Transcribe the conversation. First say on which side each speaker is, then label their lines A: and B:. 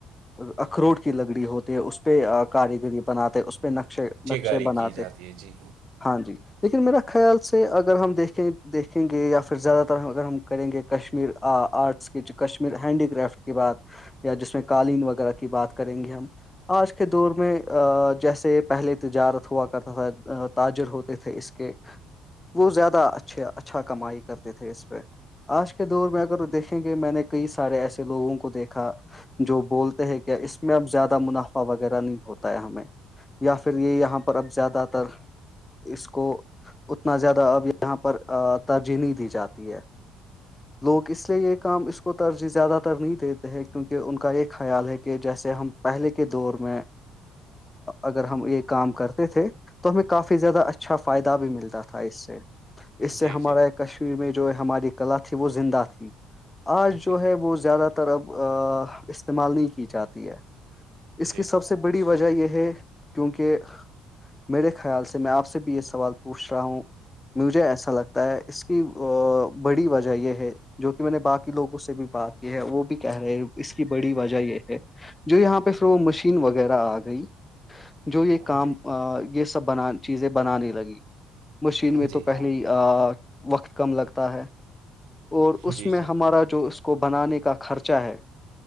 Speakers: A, on the left; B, on the right.
A: اخروٹ کی لگڑی ہوتی ہے اس پہ کاریگری بناتے ہیں پہ نقشے نقشے
B: کاری
A: بناتے
B: کی جاتی ہے جی
A: ہاں جی لیکن میرا خیال سے اگر ہم دیکھیں دیکھیں گے یا پھر زیادہ تر اگر ہم کریں گے کشمیر آرٹس کی کشمیر ہینڈی کرافٹ کی بات یا جس میں قالین وغیرہ کی بات کریں گے ہم آج کے دور میں جیسے پہلے تجارت ہوا کرتا تھا تاجر ہوتے تھے اس کے وہ زیادہ اچھے اچھا کمائی کرتے تھے اس پہ آج کے دور میں اگر دیکھیں گے میں نے کئی سارے ایسے لوگوں کو دیکھا جو بولتے ہیں کیا اس میں اب زیادہ منافع وغیرہ نہیں ہوتا ہے ہمیں یا پھر یہ یہاں پر اب زیادہ تر اس کو اتنا زیادہ اب یہاں پر ترجیحی دی جاتی ہے لوگ اس لیے یہ کام اس کو ترجیح زیادہ تر نہیں دیتے ہیں کیونکہ ان کا یہ خیال ہے کہ جیسے ہم پہلے کے دور میں اگر ہم یہ کام کرتے تھے تو ہمیں کافی زیادہ اچھا فائدہ بھی ملتا تھا اس سے اس سے
B: جی
A: ہمارے
B: جی
A: کشمیر میں جو ہماری کلا تھی وہ زندہ تھی آج
B: جی
A: جو ہے وہ زیادہ تر اب استعمال نہیں کی جاتی ہے اس
B: جی
A: کی سب سے بڑی وجہ یہ ہے کیونکہ میرے خیال سے میں آپ سے بھی یہ سوال پوچھ رہا ہوں مجھے ایسا لگتا ہے اس کی بڑی وجہ یہ جو کہ میں نے باقی لوگوں سے بھی بات کی ہے وہ بھی کہہ رہے ہیں اس کی بڑی وجہ یہ ہے جو یہاں پہ پھر وہ مشین وغیرہ آ گئی جو یہ کام
B: جی
A: یہ سب بنا چیزیں بنانے لگی مشین میں
B: جی
A: تو پہلے وقت کم لگتا ہے اور اس
B: جی
A: میں
B: جی
A: ہمارا جو اس کو بنانے کا خرچہ ہے